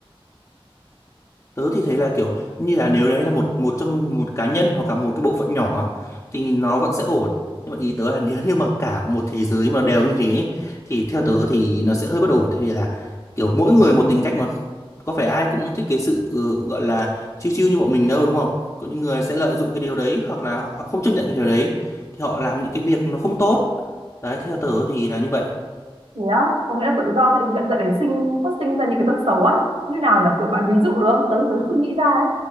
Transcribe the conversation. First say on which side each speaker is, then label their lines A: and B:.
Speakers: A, on the left; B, on the right.
A: tớ thì thấy là kiểu như là nếu đấy là một một trong một cá nhân hoặc là một cái bộ phận nhỏ á, thì nó vẫn sẽ ổn nhưng mà ý tớ là nếu như mà cả một thế giới mà đều như thế ấy, thì theo tớ thì nó sẽ hơi bất ổn tại vì là kiểu mỗi người một tính cách mà có phải ai cũng thích cái sự ừ, gọi là chill chill như bọn mình đâu đúng không có những người sẽ lợi dụng cái điều đấy hoặc là họ không chấp nhận cái điều đấy thì họ làm những cái việc nó không tốt đấy theo tớ thì là như vậy
B: thế á có nghĩa là tự do sẽ dẫn dẫn đến sinh phát sinh ra những cái tật xấu á như nào nhỉ kiểu bạn ví dụ được không tớ tớ chưa nghĩ ra ấy